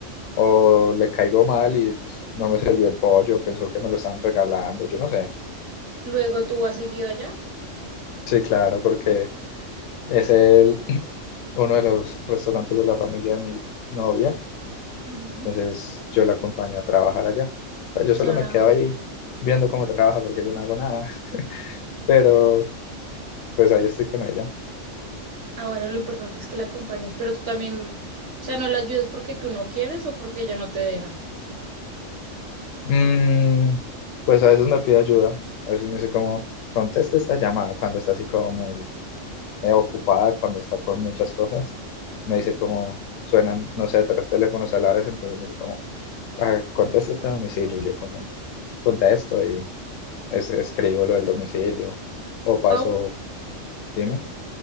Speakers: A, on the left (about 85°); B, on the right (about 50°).
A: O le caigo mal y pues no me sirvió el pollo, pensó que me lo estaban regalando, yo no sé.
B: Luego tú has seguido allá.
A: Sí, claro, porque es el <clears throat> uno de los restaurantes de la familia de mi novia,
B: Ujú.
A: entonces yo la acompaño a trabajar allá. Pues yo solo
B: Ah,
A: me quedo
B: ok.
A: ahí viendo cómo trabaja porque yo no hago nada, <laughs> pero pues ahí estoy con ella.
B: Ah, bueno, lo importante es que la acompañes, pero tú también, o sea, no la ayudas porque tú no quieres o porque ella no te deja.
A: Mm, pues a veces me pide ayuda, a veces me dice como, contesta esta llamada cuando está así como muy eh, ocupada, cuando está con muchas cosas. Me dice como, suenan, no sé, tres teléfonos a la vez, entonces me dice como, "Ah, contesta este domicilio. Y yo como, contesto y es, escribo lo del domicilio o paso,
B: Ah, O,
A: dime.